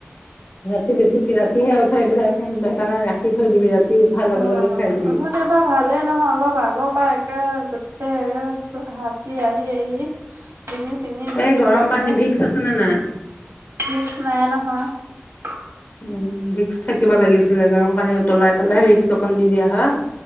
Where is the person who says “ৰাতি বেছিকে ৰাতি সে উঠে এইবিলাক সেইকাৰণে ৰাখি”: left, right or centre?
Left